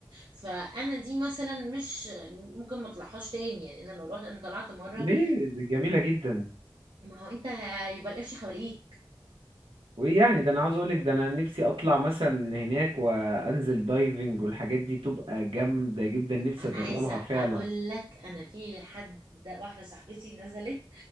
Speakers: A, on the right; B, on the right.
A: فانا دي مثلا مش ممكن ما اطلعهاش تاني يعني انا لو رحت انا طلعت مرة
B: ليه دي جميله جدا
A: ما هو انت هيبقى القفش حواليك
B: وايه يعني ده انا عاوز اقولك ده انا نفسي اطلع مثلا هناك وانزل دايفنج والحاجات دي تبقى جامده جدا نفسي
A: انا
B: اجربها
A: عايزه
B: فعلا
A: اقول لك انا في حد واحده صاحبتي نزلت